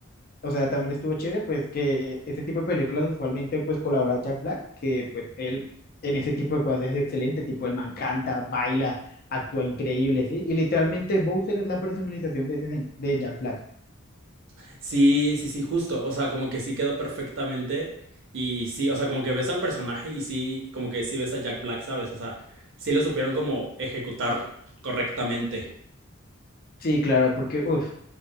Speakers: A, on the left; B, on the right.
A: o sea, también estuvo chévere, pues que ese tipo de películas usualmente pues colabora Jack Black, que pues él en ese tipo de cosas es excelente, tipo el man canta, baila, actúa increíble, ¿sí? Y literalmente Bowser es la personalización de, ese, sen- de Jack Black.
B: sí, sí, sí, justo. O sea, como que sí quedó perfectamente. Y sí, o sea, como que ves al personaje y sí, como que sí ves a Jack Black, ¿sabes? O sea, sí lo supieron como ejecutar correctamente.
A: Sí, claro, porque, uff,